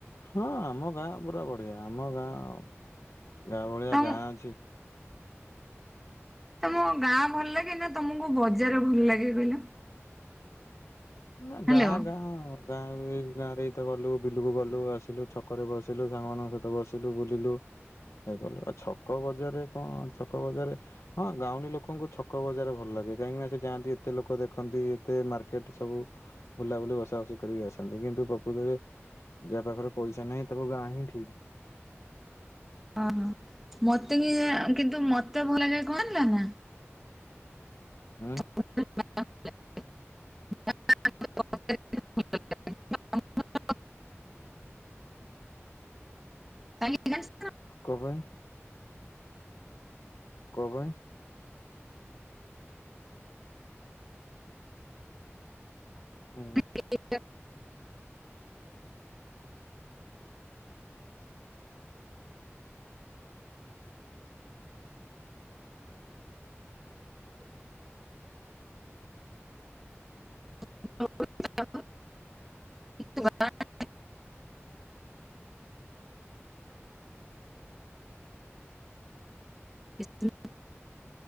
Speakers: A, on the left; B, in the centre.
A: ହଁ ଆମ ଗାଁ ପୁରା ବଢ଼ିଆ ଆମ ଆଉ ଗାଁ ଭଳିଆ
B: ତମ
A: ଗାଁ ଅଛି।
B: ତମ ଗାଁ ଭଲ ଲାଗେ ନା ତମକୁ ବଜାର ଭଲ ଲାଗେ କହିଲ?
A: ନା
B: ହ୍ୟାଲୋ
A: ଗାଁ
B: ହଁ
A: ଗାଁ ଆଉ। ଗାଁ ବି ଗାଁ ରେ ଏତ ଗଲୁ ବିଲକୁ ଗଲୁ ଆସିଲୁ ଛକରେ ବସିଲୁ ସାଙ୍ଗମାନଙ୍କ ସହିତ ବସିଲୁ ବୁଲିଲୁ। ଇଏ କଲୁ ଆଉ ଛକ ବଜାରରେ କ ଛକ ବଜାରରେ ହଁ ଗାଉଁଲି ଲୋକଙ୍କୁ ଛକ ବଜାର ଭଲ ଲାଗେ କାହିଁକି ନା ସେ ଯାଆନ୍ତି ଏତେ ଲୋକ ଦେଖନ୍ତି ଏତେ ମାର୍କେଟ ସବୁ ବୁଲାବୁଲି ବସା ବସି କରିକି ଆସନ୍ତି କିନ୍ତୁ ପ୍ରକୃତ ରେ ଏତେ ଯାହା ପାଖରେ ପଇସା ନାହିଁ ତାକୁ ଗାଁ ହିଁ ଠିକ୍।
B: ହଁ ହଁ ମତେ କିଯା କିନ୍ତୁ ମତେ ଭୁଲା ଜାଏ କଣ ଥିଲା ନା
A: ଉଁ
B: <unintelligible> କହିଁକି ନା <unintelligible>
A: କ ପାଇଁ? କ ପାଇଁ? ହୁଁ।
B: <unintelligible> ହ <unintelligible> କିନ୍ତ ବଲା <unintelligible> <unintelligible>